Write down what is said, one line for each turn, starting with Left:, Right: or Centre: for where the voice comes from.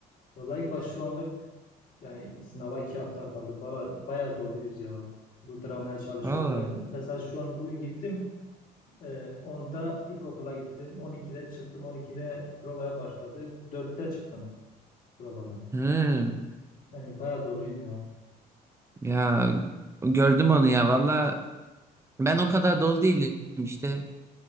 Left: Vallahi ilk baş şu anlık yani sınava iki hafta kaldı. Bala, bayağı doluyuz ya. Bu dramaya çalışıyoruz.
Right: <laughs> Valla.
Left: Ben mesela şu an bugün gittim. Ee, 10'da ilkokula gittim. 12'de çıktım. 12'de provaya başladı. 4'te çıktım provadan.
Right: Hı.
Left: Yani bayağı doluyum ya.
Right: Ya gördüm onu ya. Valla Ben o kadar dolu değilim işte.